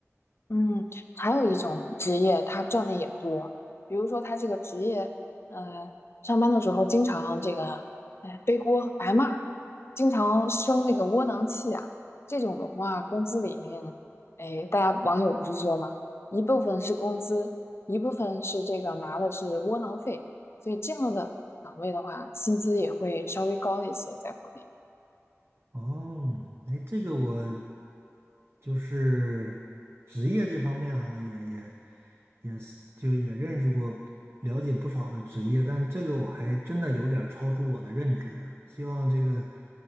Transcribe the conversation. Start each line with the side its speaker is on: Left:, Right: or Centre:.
Left: 嗯，还有一种职业，他赚的也多。比如说，他这个职业，呃，上班的时候经常这个，哎，背锅挨骂，经常生那个窝囊气啊。这种的话，工资里面，哎，大家网友不是说嘛，一部分是工资，一部分是这个拿的是窝囊费，所以这样的岗位的话，薪资也会稍微高一些，在国内。
Right: 哦，哎，这个我就是职业这方面哈，也也也是就也认识过，了解不少的职业，但这个我还真的有点儿超出我的认知呢。希望这个